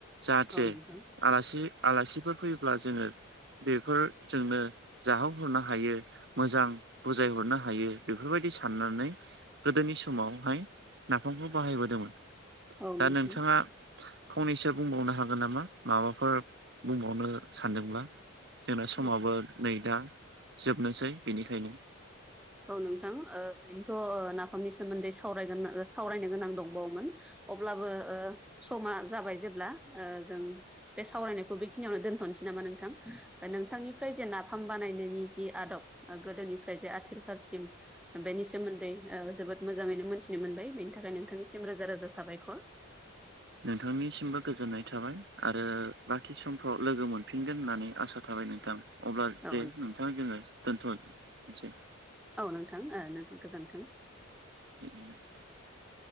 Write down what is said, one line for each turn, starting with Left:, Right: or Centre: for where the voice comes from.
Right: जाहाथे
Centre: औ नोंथां औ नोंथां औ नोंथां
Right: आलासि आलासिफोर फैयोब्ला जोङो बेफोर जोंनो जाहोहरनो हायो मोजां बुजायहरनो हायो बेफोरबायदि साननानै गोदोनि समावहाय नाफामखौ बाहायबोदोंमोन
Centre: औ
Right: दा
Centre: नोंथां
Right: नोंथाङा फंनैसो बुंबावनो हागोन नामा माबाफोर बुंबावनो सानदोंब्ला? जोंना समाबो
Centre: औ
Right: नै दा जोबनोसै बेनिखायनो
Centre: औ नोंथां ओरैनोथ' नाफामनि सोमोन्दै सावरायगोन सावरायनो गोनां दंबावोमोन अब्लाबो ओ समा जाबाय जेब्ला ओ जों बे सावरायनायखौ बेखिनियावनो दोनथ'नोसै नामा नोंथां नोंथांनिफ्राय जे नाफाम बानायनायनि जि आदब ओ गोदोनिफ्राय जे आथिखालसिम बेनि सोमोन्दै ओ जोबोद मोजाङैनो मोनथिनो मोनबाय बेनि थाखाय नोंथांनिसिम रोजा रोजा साबायखर
Right: नोंथांनिसिमबो गोजोननाय थाबाय आरो बाखि समफ्राव लोगो मोनफिनगोन होननानै आसा थाबाय नोंथां। अब्ला
Centre: औ
Right: जे नोंथाङा जोङो दोनथ'नसै।
Centre: औ नोंथां ओ नोंथां गोजोन्थों।
Right: <inaudible>